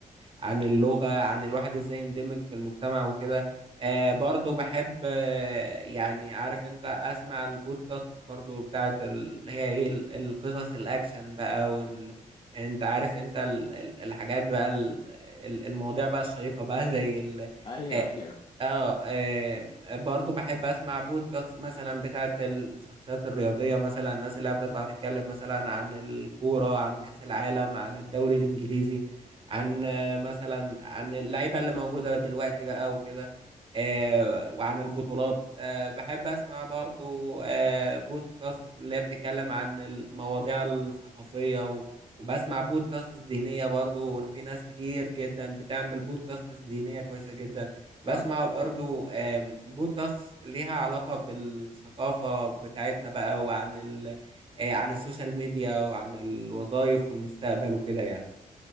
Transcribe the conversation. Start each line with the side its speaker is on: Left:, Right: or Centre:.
Right: عن اللغة عن الواحد ازاي يندمج في المجتمع وكده آه برضو بحب آه يعني عارف انت اسمع البودكاست برضو بتاعت ال... هي ايه ال- القصص الاكشن بقى وال انت عارف انت ال... ال- الحاجات بقى ال... ال- المواضيع بقى الشيقة بقى زي ال...
Left: ايوه
Right: آه،
Left: ايوه
Right: اه آه، برضو بحب اسمع بودكاست مثلا بتاعت الشخصيات الرياضية مثلا الناس اللي هي بتطلع تتكلم مثلا عن الكورة عن كأس العالم عن الدوري الإنجليزي عن مثلا عن اللعيبة اللي موجودة دلوقتي بقى وكده آه، وعن البطولات آه، بحب أسمع برضو آه، بودكاست اللي هي بتتكلم عن المواضيع الثقافية و- وبسمع بودكاست دينية برضو وإن في ناس كتير جدا بتعمل بودكاست دينية كويسة جدا بسمع
Left: فعلا
Right: برضو آم، بودكاست ليها علاقة بالثقافة بتاعتنا بقى وعن ال... آه، عن السوشيال ميديا وعن الوظائف والمستقبل وكده يعني